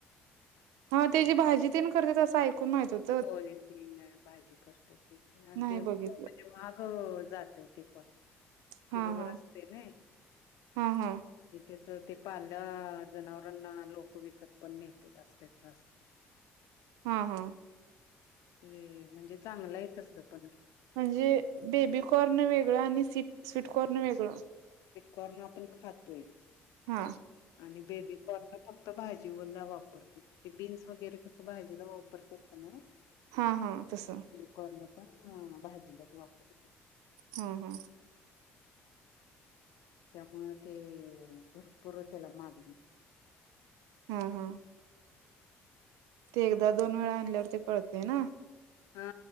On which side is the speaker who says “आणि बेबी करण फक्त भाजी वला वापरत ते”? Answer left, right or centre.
Left